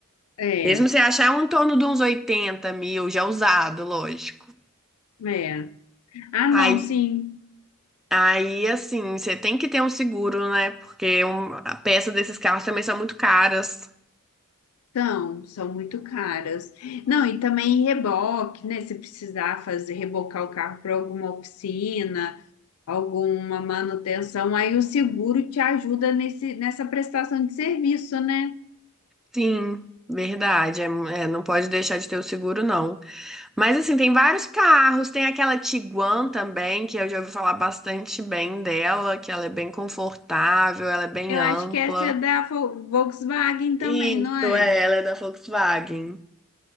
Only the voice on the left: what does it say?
É,
é. Ah, não,
sim.
São, são muito caras. Não, e também reboque, né? Se precisar fazer, rebocar o carro para alguma oficina, alguma manutenção, aí o seguro te ajuda nesse, nessa prestação de serviço, né?
Eu
acho que essa é da Vo- Volkswagen também,
não é?